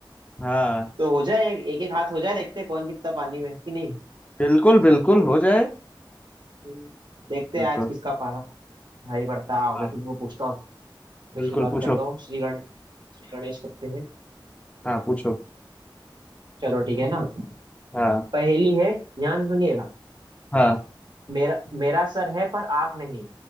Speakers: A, on the left; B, on the right.
A: हाँ
B: तो हो जाए एक एक हाथ हो जाए देखते हैं कौन कितना पानी में है कि नहीं
A: बिल्कुल बिल्कुल हो जाए
B: हम्म, देखते
A: बिल्कुल
B: हैं आज किसका पारा भाई बढ़ता है। आओ
A: हाँ
B: मैं तुमको पूछता हूँ मैं
A: बिल्कुल
B: शुरुआत
A: पूछो
B: करता हूँ श्री गणेश श्री गणेश करते हैं
A: हाँ पूछो
B: चलो ठीक है ना
A: हाँ
B: पहेली है ध्यान सुनिएगा
A: हाँ
B: मेरा मेरा सर है पर आँख नहीं